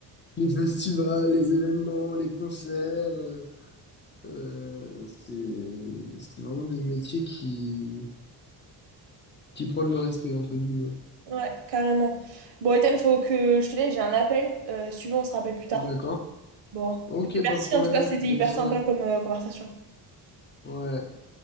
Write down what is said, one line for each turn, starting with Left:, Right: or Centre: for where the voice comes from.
Left: les festivals, les événements, les concerts, euh, euh, c'est, c'est vraiment des métiers qui, Qui prône le respect, entre guillemets.
Right: Ouais, carrément. Bon, Ethan, faut que je te laisse, j'ai un appel. Euh, si tu veux, on se rappelle plus tard.
Left: D'accord?
Right: Bon.
Left: Ok,
Right: Merci,
Left: pas de problème.
Right: en tout cas, c'était
Left: Bonne
Right: hyper
Left: soirée.
Right: sympa comme euh, conversation.
Left: Ouais.